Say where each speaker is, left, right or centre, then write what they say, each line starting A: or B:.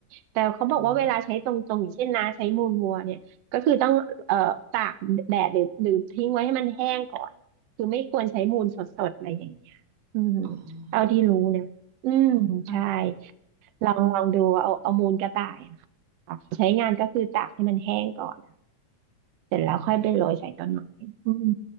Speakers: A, on the right; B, on the right.
A: แต่เขาบอกว่าเวลาใช้ตรงๆอย่างเช่นนะใช้มูลวัวเนี่ยก็คือต้องเอ่อตากแดดหรือหรือทิ้งไว้ให้มันแห้งก่อนคือไม่ควรใช้มูลสดๆอะไรอย่างเงี้ยอืม
B: อืมอ๋อ
A: เท่าที่รู้นะอืมใช่
B: ค่ะ
A: ลองลองดูเอาเอามูลกระต่ายอะค่ะใช้งานก็คือตากให้มันแห้งก่อน เสร็จแล้วค่อยไปโรยใส่ต้นไม้อืม
B: อืม